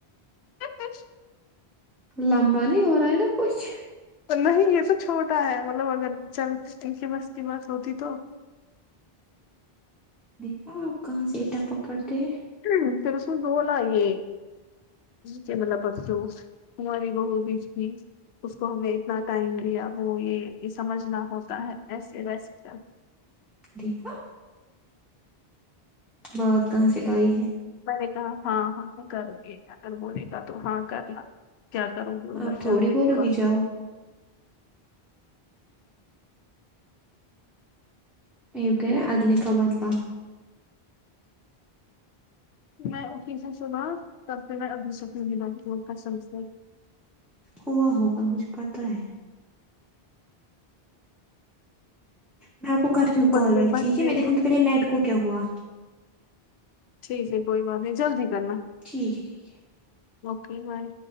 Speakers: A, on the left; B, in the centre.
A: آ ہا
B: لمبا نہیں ہو رہا ہے نا کچھ
A: پر نہیں یہ تو چھوٹا ہے مطلب اگر چر کنگ کی بس کی بات ہوتی تو
B: دیکھا آپ کہاں سے اٹا پکڑتے ہیں
A: ہمم پھر <unintelligible> بسن بلا یہ کہ ملا پس لو ہماری بہو بیج دی اس کو ہمیں اتنا ٹائم لیا ہم وہ یہ سمجھنا ہوتا ہے ایسے ویسے
B: دیکھا بات کہاں سے لائی ہے
A: میں نے کہا ہاں ہاں کر لی اگر بولے گا تو ہاں کرنا کیا کروں گی ادھر
B: آپ تھوڑی
A: چل گی
B: بولو
A: <unintelligible>
B: جاؤ <unintelligible> ا کہے آگلی کا بادلہ
A: میں اٹھی تھی صبح <unintelligible> ڈاکٹر ابو شک بات سمجتے
B: ہوا ہوگا مجھے پتا ہے میں آپ کو کرتی ہوں
A: اوپر
B: کال
A: سے
B: بیک
A: بچے
B: ٹھیک ہے میں دیکھوں
A: گا
B: گی کہ پہلے نیٹ کو کیا ہوا
A: ٹھیک ہے کوئی بات نہیں جلدی کرنا
B: ٹھیک ہے ٹھیک ہے
A: اوکے بائے